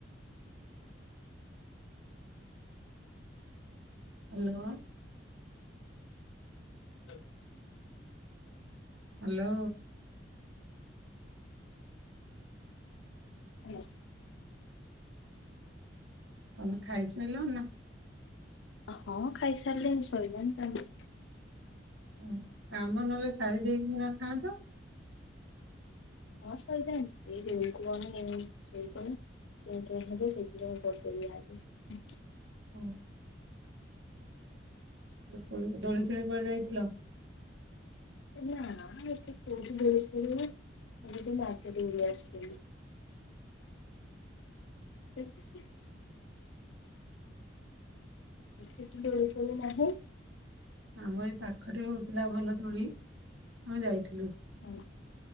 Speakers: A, on the right; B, on the left.
A: ହ୍ୟାଲୋ।
B: ଚା
A: ହ୍ୟାଲୋ।
B: ହଁ
A: ତମେ ଖାଇସାଇଲଣି ନା?
B: ହଁମୁଁ ଖାଇସାରିଲିଣି ଶଇଲାଣି କାମ।
A: ଉଁ କାମ ନହେଲେ ସାରିଦେଇକି ସିନା ଖାଆନ୍ତ?
B: ହଁ ସରି ଯାଏନି ଏଇଜଉ କୁହନି ଶୋଇପଇଲେ କେଁ କେଁ ହେବେ ସେଥିପାଇଁ କରିଦେଲି ଆଗେ।
A: ହୁଁ। ଶୋଇବ ଦୋଳି ଖେଳି କୁଆଡେ ଯାଇଥିଲ?
B: ଏ ନାଁ ଏଠି କଉଠି ଦୋଳି ଖେଳିବ ଏମିତି ମାର୍କେଟ ବୁଲି ଆସିଥିଲି। ସେତିକି ସେଠୀ ଦୋଳିପଳି ନାହିଁ
A: ଆମ ଏ ପାଖରେ ହଉଥିଲା ଭଲ ତୋଳି ଆମେ ଯାଇଥିଲୁ
B: ହଁ